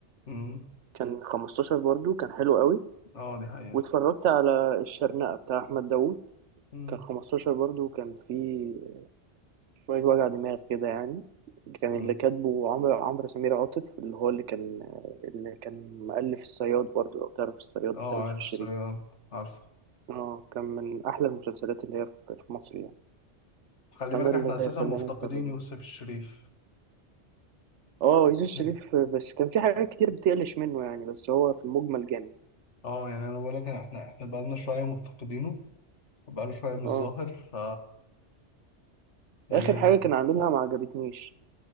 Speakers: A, on the left (about 80°); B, on the right (about 80°).
A: امم
B: كان 15 برضو كان حلو قوي
A: اه دي حقيقه
B: واتفرجت على الشرنقة بتاع أحمد داوود
A: امم
B: كان 15 برضو كان فيه شوية وجع دماغ كده يعني كان
A: امم
B: اللي كاتبه عمرو عمرو سمير عاطف اللي هو اللي كان اللي كان مؤلف الصياد برضو لو تعرف الصياد
A: اه
B: بتاع يوسف
A: عارف
B: الشريف
A: الصياد عارف
B: اه كان من أحلى المسلسلات اللي هي في في مصر يعني
A: خلي
B: فأنا
A: بالك
B: اللي
A: احنا اساسا
B: خلاني
A: مفتقدين
B: أتفرج
A: يوسف
B: يعني.
A: الشريف
B: اه يوسف الشريف
A: <laughs>
B: بس كان في حاجات كتير بتقلش منه يعني بس هو في المجمل جامد
A: اه يعني انا بقول لك احنا احنا بقالنا شويه مفتقدينه بقاله شويه مش
B: اه
A: ظاهر ف يعني
B: آخر حاجة كان عاملها ما عجبتنيش